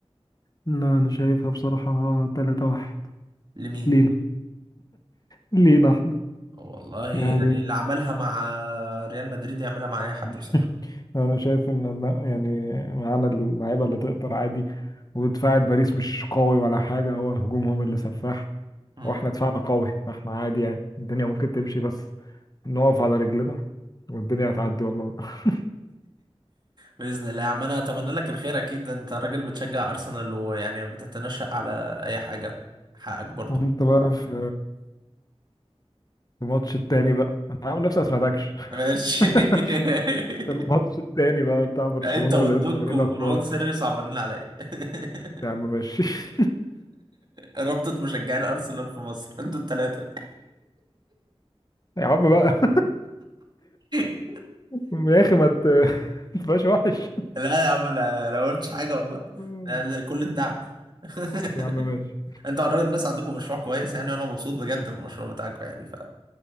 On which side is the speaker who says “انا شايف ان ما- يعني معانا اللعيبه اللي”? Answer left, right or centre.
Left